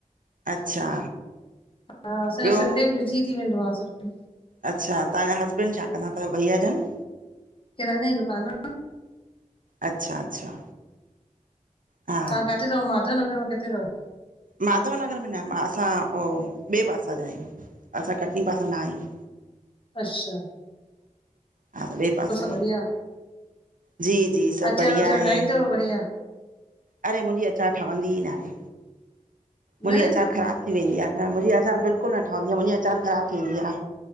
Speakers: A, on the right; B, on the left.
A: अच्छा
B: हा, असांजो
A: ॿियो
B: संडे बिजी थी वेंदो आ, सॼो।
A: अच्छा, तहांजा हसबैंड छा कंदा तव, भइया जन?
B: किराने जी दुकान आ।
A: अच्छा अच्छा हा
B: तहां काथे रहो, माधवनगर में किथे रहो?
A: माधव नगर में न, मां असां ॿे पासा जा आयूं। असां कटनी पासां न आयूं।
B: अछा
A: हा, त ॿे पासा आयूं,
B: बढ़िया
A: जी जी सभ
B: अचार
A: बढ़िया
B: वचार
A: आहे।
B: ठाही अथव बढ़िया
A: अरे! मुंजी आचार ठवंदी ई नाहे, मुंजी
B: न
A: आचार ख़राब थी वेंदी आ, हा मुंजी आचार बिल्कुल न ठवंदी आ, मुंजी आचार ख़राब थी वेंदी आ।